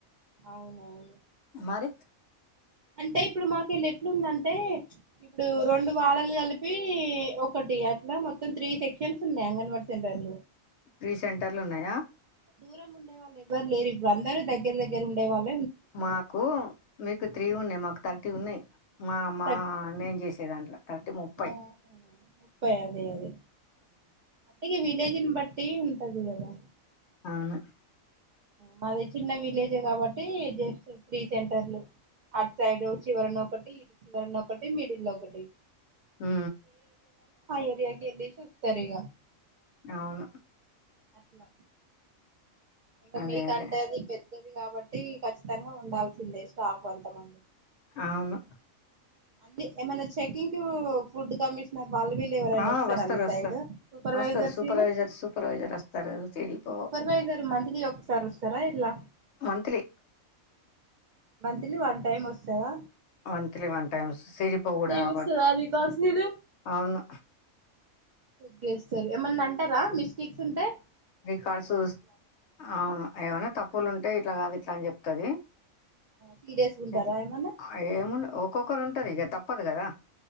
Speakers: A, on the right (about 75°); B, on the left (about 65°).
A: అవునవును
B: మరి
A: అంటే ఇప్పుడు మాకు వీళ్ళు ఎట్లుందంటే ఇప్పుడు రెండు వాడలు కలిపి ఒకటి అట్లా మొత్తం త్రీ సెక్షన్స్ ఉన్నాయి అంగన్వాడ సెంటర్ లో
B: ప్రీ సెంటర్లు ఉన్నాయా
A: దూరం ఉండేళ్ళ ఎవరుప్పుడు అందరుూగ్గ దగ్గర ఉేళ్ళు
B: మాకు మీకు త్రీ ఉన్నాయి మాకు థర్టీ ఉన్నాయి్ మా మా
A: థట్
B: నేను చేసే దాంట్లో థర్టీ ముప్పై
A: ఆ ముప్పై అదే అదే అంటే ఇగ విలేజ్ని బట్టి ఉంటది కదా
B: అవును
A: మాది చిన్న విలేజ్ కాబట్టి జస్ట్ త్రీ సెంటర్లు అటు సైడ్ చివర ఒకటి ఇ చివర ఒకటి మిడిల్ ఒకటి
B: ఆ
A: ళ్రియాకి కేలి సస్తతారేగా
B: అవును
A: అట్లా ఇంకా
B: అదే
A: మీకంటే
B: అదే
A: అది పెద్దది కాబట్టి ఖచ్చితంగా ఉండాల్సిందే స్టాఫ్ అంతమంది
B: అవును
A: అంటే ఏమైన్నా చెకింగ్ ఫుడ్ కమిషనర్ వాళ్ళ వీళు ఎవరైనా
B: ఆ
A: వస్తారా
B: వస్తారు
A: మీ సైడ్
B: వస్తారు
A: సూపర్వైజర్స్నా
B: వస్తారు సూపర్వైజర్ సూపర్వైజర్ వస్తారు సిడిపో
A: సూపర్వైజర్ మంత్లీ ఒకసారి వస్తారా ఇలా
B: మంత్లీ
A: మంత్లీ వన్ టైమ్ వస్తుందా
B: వంత్లీ వంత టైస్ సీపో కూడాడ రావచ్చు
A: చూస్తారా రికార్డ్స్ గిన
B: అవును
A: చెక్ చేస్తారు ఏమన్నా అంటారా మిస్టేక్స్ ఉంటాయి
B: రికార్ల్ చూ అవును అయవనా తప్పులు ఉంటేయి ఇట్లా కాదు ఇట్లా అని చెప్తది
A: సీరియస్గా ఉంటారా
B: ట్లా
A: ఏమన్నా
B: ఏముండ ఒక్కొక్కరు ఉం ఇ తప్పదు గదా